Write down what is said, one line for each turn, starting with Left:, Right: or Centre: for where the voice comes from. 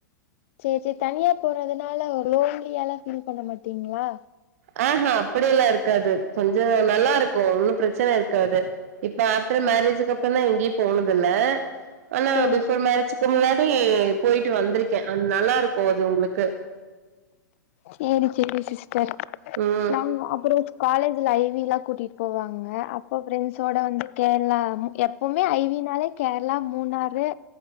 Left: சேர் சேர் தனியா போறதுனால லோன்லியாலா ஃபீல் பண்ண மாட்டீங்ளா
Right: ஆ அப்டியல்லா இருக்காது கொஞ்ச நல்லா இருக்கு ஒன்னு பிரச்சன இருக்காது இப்ப ஆஃப்டர் மேரேஜக்கு அப்புற தா எங்கேயு போனது இல்ல ஆனா
Left: சே
Right: பிஃபோர் மேரேஜ் க்கு முன்னாடி போயிட்டு வந்திருக்கே அது நல்லாருக்கு அது உங்களுக்கு
Left: சேரி சேரி சிஸ்டர்
Right: ம்
Left: நாங்கோ அப்றோ காலேஜ்ல ஐவில்லா கூட்டிட்டு போவாங்க அப்போ ஃப்ரெண்ட்ஸோட வந்து கேரளாமு எப்புமே ஐவினாலே கேரளா மூனாறு